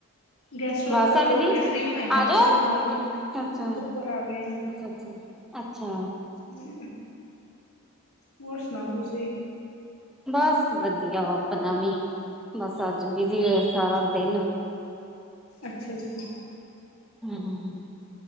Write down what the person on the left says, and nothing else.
ਗੈਸਟ ਵਗੈਰਾ
ਤੋਰ
ਕੇ ਫਰੀ ਹੋਏ ਆ
ਤੇ ਫਿਰ ਨਾਲ ਹੀ
ਉੱਪਰ ਆ ਗਏ ਆ।
ਜੀ। ਹੋਰ ਸੁਣਾਓ ਤੁਸੀਂ?
ਅੱਛਾ-ਅੱਛਾ।